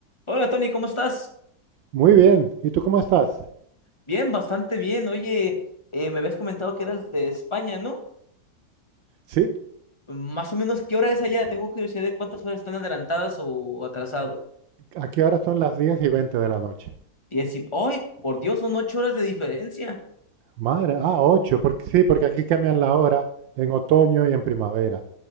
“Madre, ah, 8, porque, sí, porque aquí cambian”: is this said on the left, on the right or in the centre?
Right